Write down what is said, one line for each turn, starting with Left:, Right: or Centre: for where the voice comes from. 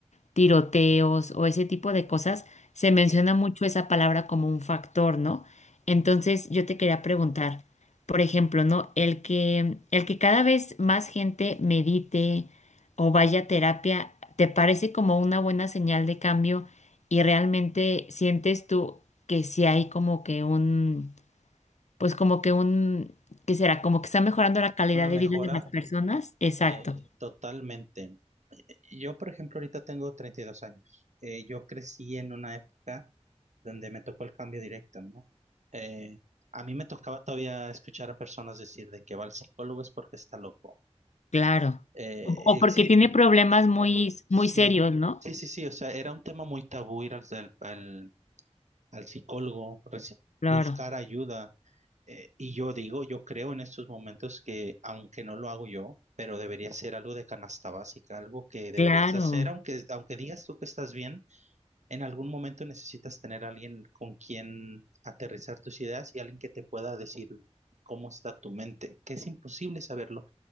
Left: tiroteos o ese tipo de cosas, se menciona
Right: Sí.
Left: mucho esa palabra como un factor, ¿no? Entonces yo te quería preguntar, por ejemplo, ¿no? El que, el que cada vez más gente medite o vaya a terapia, ¿te parece como una buena señal de cambio y realmente sientes tú que sí hay como que un, pues como que un, ¿qué será? Como que está mejorando la calidad
Right: Una
Left: de
Right: mejora
Left: vida de las personas. Exacto.
Right: eh, totalmente. Yo, por ejemplo, ahorita tengo 32 años. Eh, yo crecí en una época donde me tocó el cambio directo, ¿no? Eh, a mí me tocaba todavía escuchar a personas decir de que va al psicólogo es porque está loco.
Left: claro.
Right: Eh,
Left: O, o
Right: exi-
Left: porque tiene problemas muy,
Right: o por- sí,
Left: muy serios, ¿no?
Right: sí, sí, sí. O sea, era un tema muy tabú ir al, al, al al psicólogo, reci-
Left: Claro,
Right: buscar ayuda. Eh, y yo digo, yo creo en estos momentos que, aunque no lo hago yo, pero debería ser algo de canasta básica, algo que deberías
Left: claro,
Right: hacer, aunque, aunque digas tú que estás bien, en algún momento necesitas tener a alguien con quien aterrizar tus ideas y alguien que te pueda decir cómo está tu mente, que es imposible saberlo,